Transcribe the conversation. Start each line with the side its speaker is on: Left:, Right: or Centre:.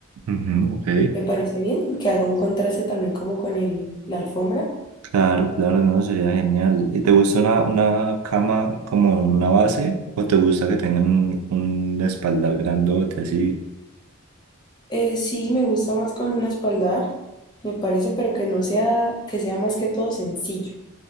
Right: Ujú, ok.
Left: Me parece bien que haga un contraste también como con el, la alfombra.
Right: Claro, claro, no, sería genial. ¿Y te gusta una, una cama como una base o te gusta que tengan un, un espaldar grandote así?
Left: Eh, sí, me gusta más con un espaldar, me parece, pero que no sea, que sea más que todo sencillo.